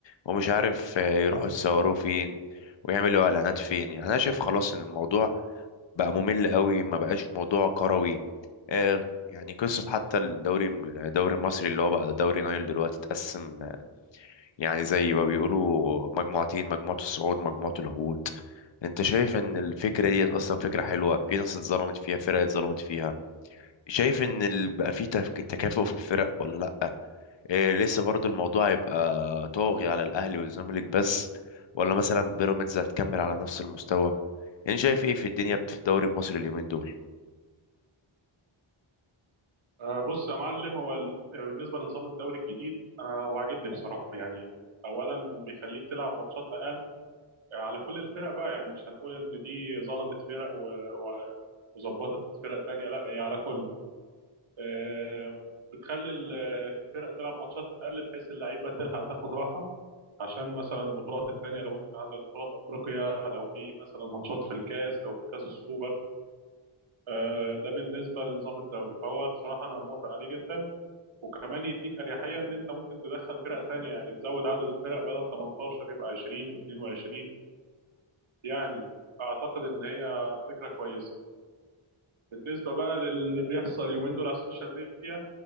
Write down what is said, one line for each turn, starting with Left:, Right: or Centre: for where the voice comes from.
Left: ومش عارف آه، يروحوا يتصوروا فين ويعملوا اعلانات فين يعني انا شايف خلاص ان الموضوع بقى ممل قوي ما بقاش موضوع كروي آه، يعني قصة حتى الدوري الدوري المصري اللي هو بقى دوري نايل دلوقتي اتقسم آه، يعني زي ما بيقولوا مجموعتين مجموعة الصعود مجموعة الهبوط انت شايف ان الفكرة دي اصلا فكرة حلوة في ناس اتظلمت فيها فرق اتظلمت فيها شايف ان ال- بقى في تف- تكافؤ في الفرق ولا لا إيه لسه برضو الموضوع هيبقى طاغي على الاهلي والزمالك بس ولا مثلا بيراميدز هتكمل على نفس المستوى انت شايف ايه في الدنيا في الدوري المصري اليومين دول
Right: آه، بص يا معلم هو ال- بالنسبه لنظام الدوري الجديد انا هو عاجبني بصراحه يعني اولا بيخليك تلعب ماتشات اقل آه، على كل الفرق بقى يعني مش هنقول ان دي ظلمت فرق و- و- وظبطت فرق تانية لا هي على كله آه، بتخلي ال- الفرق تلعب ماتشات اقل بحيث اللعيبه تلحق تاخد راحه عشان مثلا البطولات التانية لو انت عندك بطولات افريقيا لو في مثلا ماتشات في الكاس لو في كاس السوبر آه، ده بالنسبه لنظام الدوري فهو بصراحه انا موافق عليه جدا وكمان يديك اريحيه ان انت ممكن تدخل فرق تانية يعني تزود عدد الفرق بدل 18 يبقى 20 و22 يعني اعتقد ان هي فكره كويسه بالنسبه بقى للي بيحصل اليومين دول على السوشيال ميديا